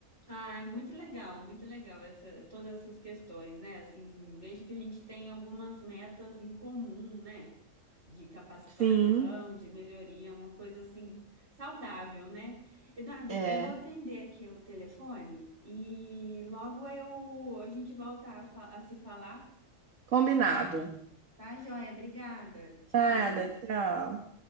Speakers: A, on the right; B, on the right.
A: Ah, é muito legal, muito legal essa, todas essas questões, né? Assim, vejo que a gente tem algumas metas em comum, né? de capacitação,
B: Sim,
A: de melhoria, uma coisa assim saudável, né? Eduarda,
B: é.
A: eu vou atender aqui o telefone e logo eu a gente volta a, fa- a se falar,
B: Combinado.
A: tá, joia? Obrigada. Tchau.
B: Nada, tchau.